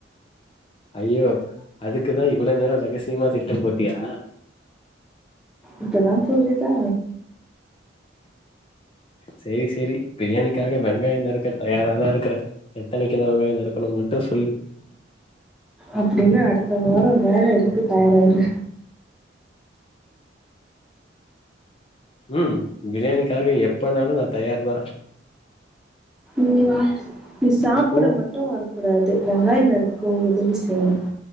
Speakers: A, on the left; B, in the centre.
A: ஐயோ அதுக்குதா இவ்ளோ நேரோ ரகசியமா திட்டோ போட்டியா
B: இப்பதா புரியுதா
A: சேரி சேரி பிரியாணிக்காக வெங்காயோ நறுக்க தயாரா தா இருக்குறே எத்தனக்கிலோ வெங்காயோ நறுக்கனு மட்டோ சொல்லு
B: அப்டின்னு அடுத்த வாரோ வேல இருக்கு தயாராயிரு
A: உம் பிரியாணிக்காக எப்பனாலு நா தயார் நா
B: உம் நீ சாப்ட
A: இப்போ
B: மட்டு வரக்கூடாது வெங்காயோ நறுக் கோ உதவி செய்யணு